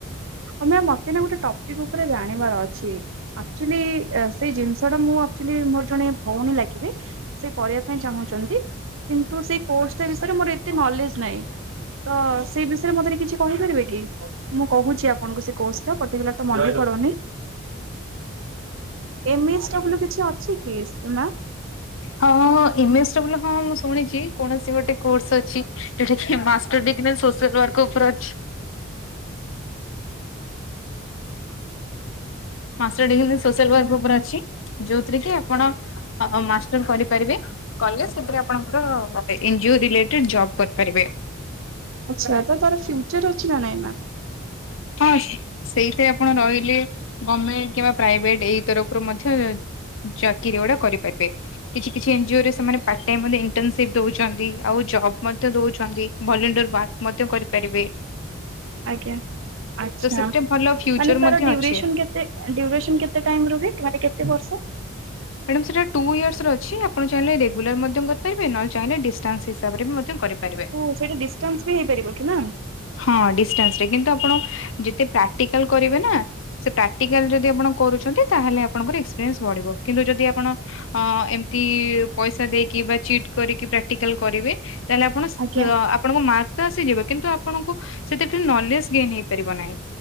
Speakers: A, on the right; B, on the left.
A: ତମେ ମତେ ନା ଗୋଟେ ଟପିକି ଉପରେ ଜାଣିବାର ଅଛି। ଚି ଆକ୍ଚୋଲି ସେଇ ଜିନିଷ ମାଡା଼ମ୍ ମୁଁ ଆକ୍ଚୋଲି ମୋର ଜଣେ ଭଉଣୀ ଲାଗିବେ ସେ କରିବା ପାଇଁ ଚାହୁଁଚନ୍ତି। କିନ୍ତୁ ସେଇ କୋର୍ସଟା ବିଷୟରେ ମୋର ଏତେ ନଲେଜ୍ ନାଇଁ ତ ସେଇ ବିଷୟରେ ମୋତେ ଟିକେ କିଛି କହିପାରିବେ କି ମୁଁ କହୁଛି ଆପଣଙ୍କୁ ସେ କୋ ପଟିକୁଲାର୍ ତ ମନେ ପଡ଼ୁନି ଏମିତି ସବୁ ଅଛି। ଇଏସ୍ ନାଁ?
B: ହଁ ହଁ ଇମେଜ୍ ଡ଼ବୁଲ କଣ ମୁଁ ଶୁଣିଛି କୌଣସି ଗୋଟେ କୋର୍ସ ଅଛି? Directly master degree social ୱ। କ୍ ଉପରେ ଅଛି। ମାଷ୍ଟର ଡିଗ୍ରୀ ସୋସିଆଲ ୱ। କ୍ର ଉପରେ ଅଛି। ଯୋଉଥିରେ କି ଆପଣ ମାଷ୍ଟର କରିପାରିବେ କଲେ ସେଥିରେ ଆପଣଙ୍କର ଏନଯିଓ ରିଲେଟେଡେ଼ ଯବ୍ କରିପାରିବେ।
A: ଆଚ୍ଛା ତ ତାର ଫ୍ୟୁଚର ଅଛି। ନା ନାଇଁ ମ୍ୟାମ୍?
B: ହଁ ସେଇଥି ପାଇଁ ଆପଣ ରହିଲେ। ଗମେଣ୍ଟ କିମ୍ବା ପ୍ରାଇଭେଟ୍ ଏଇ ତରଫରୁ ମଧ୍ୟ ଚାକିରି ଗୁଡ଼ା କରିପାରିବେ କିଛି କିଛି ଏନଯିଓ ସେମାନେ part time internship ଦଉଛନ୍ତି। ଆଉ ଯବ୍ ମଧ୍ୟ ଦଉଛନ୍ତି ଭଲିଣ୍ଟର ବାକ୍ ମୋତେ କରିପାରିବେ।
A: ଆଜ୍ଞା ଆଚ୍ଛା।
B: ତ ସେଥିରେ ଭଲ ଫ୍ୟୁଚର
A: ମାନେ ତାର
B: ମଧ୍ୟ
A: ଡ଼ିୟୁରେସନ
B: ଅଛି।
A: କେତେ ଡିୟୁରେସନ କେତେ ଟାଇମ୍ ରୁହେ ମାନେ କେତେ ବର୍ଷ?
B: ମ୍ୟାଡ଼ାମ ସେଇଟା ଟୁ ଇୟର୍ସ ର ଅଛି ଆପଣ ଚାହିଁଲେ ରେଗୁଲାର ମଧ୍ୟ କରିପାରିବେ ନହଲେ ଚାହିଁଲେ ଡିଷ୍ଟାନ୍ସ ହିସାବରେ ବି ମଧ୍ୟ କରି ପାରିବେ।
A: ଓ ସେଇଟା ଡିଷ୍ଟାନ୍ସ ବି ହେଇପାରିବ କି ମ୍ୟାମ୍?
B: ହଁ ଡ଼ିସିଷ୍ଟାଣ୍ଟ ରେ କିନ୍ତୁ ଆପଣ ଯେତେ ଯେତେ ପ୍ରାକ୍ଟିକାଲ କରିବେ ନା ସେ ପ୍ରାକ୍ଟିକାଲ ଯଦି ଆପଣ କରୁଛନ୍ତି ତାହେଲେ ଆପଣଙ୍କର ଏକ୍ସପିରିଏନ୍ସ ବଢ଼ିବ। କିନ୍ତୁ ଯଦି ଆପଣ ଏମିତି ପଇସା ଦେଇକି ବା ଚିଟ୍ କରିକି ପ୍ରାକ୍ଟିକାଲ କରିବେ ତାହେଲେ ଆପଣ
A: ଆଜ୍ଞା
B: ଆପଣଙ୍କ ମା ତ ଆସିଯିବେ, କିନ୍ତୁ ଆପଣଙ୍କୁ ସେଥିରେ ଟିକେ ନଲେଜ୍ ଗେନ୍ ହେଇପାରିବ ନାହିଁ।